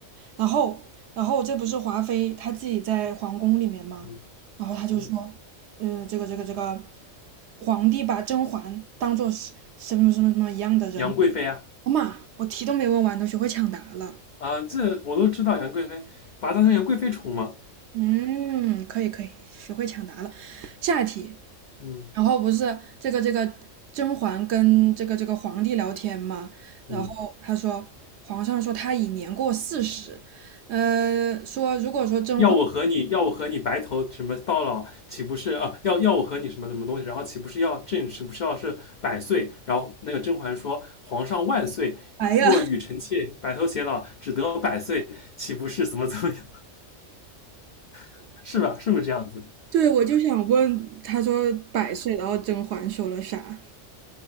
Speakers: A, on the right (about 65°); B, on the left (about 70°).
A: 然后然后这不是华妃她自己在皇宫里面吗？
B: 嗯
A: 然后她就说，
B: 嗯，
A: 嗯、这个这个这个皇帝把甄嬛当做是什么什么什么一样的人，
B: 杨贵妃啊
A: 我妈，我题都没问完，都学会抢答了，
B: 啊，这我都知道杨贵妃，把她当成杨贵妃宠嘛。
A: 嗯，可以可以，学会抢答了，下一题。
B: 嗯
A: 然后不是这个这个甄嬛跟这个这个皇帝聊天嘛，然后他说皇上说他已年过四十，
B: 嗯，
A: 呃，说如果说甄嬛，
B: 要我和你要我和你白头什么到老，岂不是啊？要要我和你什么什么东西？然后岂不是要朕岂不是要是百岁？然后那个甄嬛说：“皇上万岁，
A: 哎呀，
B: 若与臣妾白头偕老，
A: <laughs>
B: 只得百岁，岂不是怎么怎么样？<laughs> 是吧？是不是这样子？
A: 对，我就想问，他说百岁，然后甄嬛说了啥？